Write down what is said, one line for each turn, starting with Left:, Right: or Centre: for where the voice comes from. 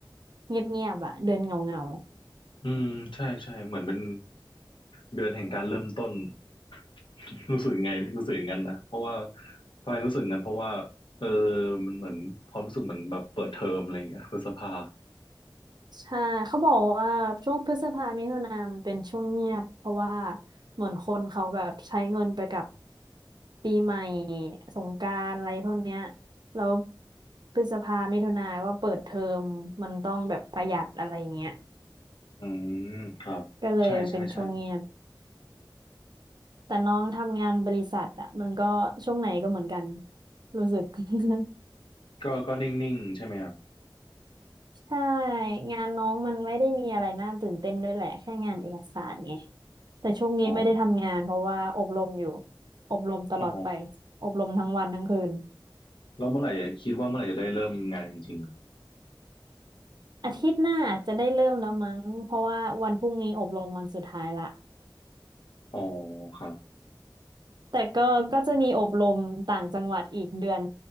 Right: เงียบๆอ่ะเดือนเหงา
Left: อืมใช่ใช่เหมือนเป็นเดือนแห่งการเริ่มต้น <laughs> รู้สึกไงรู้สึกอย่างนั้นนะเพราะว่าทำไมรู้สึกงั้นเพราะว่าเออมันเหมือนความรู้สึกเหมือนแบบเปิดเทอมอะไรอย่างเงี้ยพฤษภา
Right: ใช่เขาบอกว่าช่วงพฤษภามิถุนามันเป็นช่วงเงียบเพราะว่าเหมือนคนเขาแบบใช้เงินไปกับปีใหม่สงกรานต์อะไรพวกเนี้ยแล้วพฤษภามิถุนาก็เปิดเทอมมันต้องแบบประหยัดอะไรอย่างเงี้ย
Left: อืมครับใช่ใช่ใช่
Right: ก็เลยเป็นช่วงเงียบแต่น้องทำงานบริษัทอะมันก็ช่วงไหนก็เหมือนกันรู้สึก <laughs>
Left: ก็ก็นิ่งๆใช่ไหมครับ
Right: ใช่งานน้องมันไม่ได้มีอะไรน่าตื่นเต้นด้วยแหละแค่งานเอกสารไงแต่ช่วงนี้ไม่ได้ทำงานเพราะว่าอบรมอยู่
Left: อ๋อ
Right: อบรมตลอดไป
Left: อ๋อ
Right: อบรมทั้งวันทั้งคืน
Left: แล้วเมื่อไหร่คิดว่าเมื่อไหร่จะได้เริ่มงานจริง
Right: อาทิตย์หน้าจะได้เริ่มแล้วมั้งเพราะว่าวันพรุ่งนี้อบรมวันสุดท้ายละ
Left: ๆอ๋อครับ
Right: แต่ก็ก็จะมีอบรมต่างจังหวัดอีกเดือน